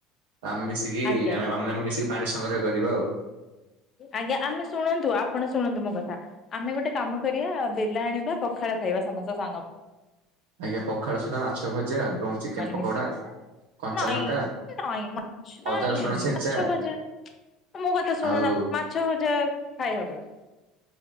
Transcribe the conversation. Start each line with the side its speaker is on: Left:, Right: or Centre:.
Right: ଆମେ ମିଶିକି
Left: ଆଜ୍ଞା
Right: ଆମେ ଆମେ ଆମେ ମିଶିକି ପାଣି ସଂଗ୍ରହ କରିବା ଆଉ।
Left: ଆଜ୍ଞା ଆମେ ଶୁଣନ୍ତୁ ଆପଣ ଶୁଣନ୍ତୁ ମୋ କଥା। ଆମେ ଗୋଟେ କାମ କରିବା ବେଲା ଆଣିବା ପଖାଳ ଖାଇବା ସମସ୍ତଙ୍କ ସାଙ୍ଗ
Right: ଆଜ୍ଞା ପଖାଳ ସହିତ ମାଛ ଭଜା ଏବଂ ଚିକେନ
Left: ମାନେ
Right: ପକୋଡା
Left: ମିଶିକି
Right: କଞ୍ଚା
Left: ନାଇଁ
Right: ଲଙ୍କା
Left: ନାଇଁ ମାଛ ନାଇଁ
Right: ଅଦା ରସୁଣ ଛେଚା
Left: ମଛ ଭଜା ମୋ କଥା ଶୁଣୁନ
Right: ଆଉ
Left: ମାଛ ଭଜା ଖାଇହବନି।